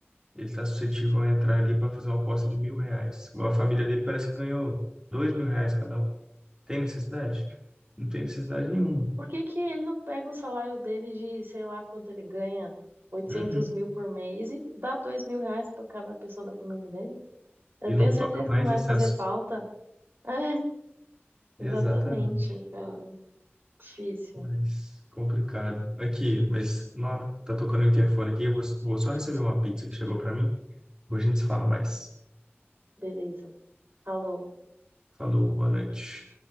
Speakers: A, on the right (about 15°); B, on the right (about 55°).
A: ele está suscetível a entrar ali para fazer uma aposta de mil reais. A família dele parece que ganhou dois mil reais cada um. Tem necessidade? Não tem necessidade nenhuma.
B: Por que que ele não pega o salário dele de, sei lá, quanto ele ganha? oitocentos
A: Uhum.
B: mil por mês e dá dois mil reais para cada pessoa da família dele? Eu
A: E
B: tenho
A: não
B: certeza
A: toca mais
B: que não vai
A: esse
B: fazer
A: assunto.
B: falta. <laughs> É,
A: Exatamente.
B: exatamente, cara. Difícil.
A: Mas complicado. Aqui, mas não, tá tocando o interfone aqui. Eu vou, vou só receber uma pizza que chegou para mim. Hoje a gente se fala mais.
B: Beleza. Falou.
A: Falou, boa noite.